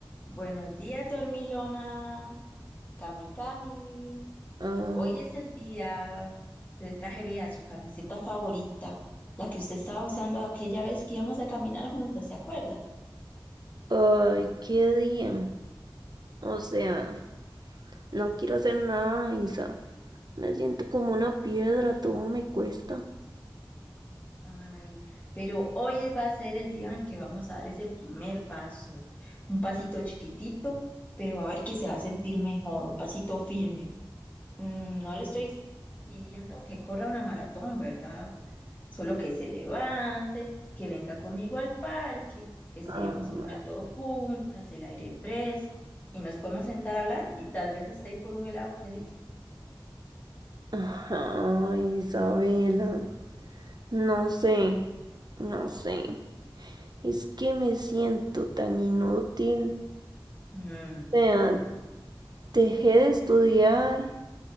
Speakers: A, on the left; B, on the right.
A: Buenos días, Dormilona, Cami Cami.
B: Ah,
A: Hoy es el día. Le traje, vea, su camiseta favorita, la que usted estaba usando aquella vez que íbamos a caminar juntas, ¿se acuerda?
B: ay, qué día. O sea, no quiero hacer nada, Isa. Me siento como una piedra, todo me cuesta.
A: Ay, pero hoy es- va a ser el día en que vamos a dar ese primer paso. Un pasito chiquitito, pero va a ver que se va a sentir mejor, un pasito firme. Mm, no le estoy pidiendo que corra una maratón, ¿verdad? Solo que se levante, que venga conmigo al parque, que estiremos
B: Ah,
A: un rato juntas, el aire fresco, y nos podemos sentar a hablar y tal vez hasta ir por un helado que dice.
B: ajá, Isabela. No sé, no sé. Es que me siento tan inútil.
A: Mmm,
B: O sea, dejé de estudiar,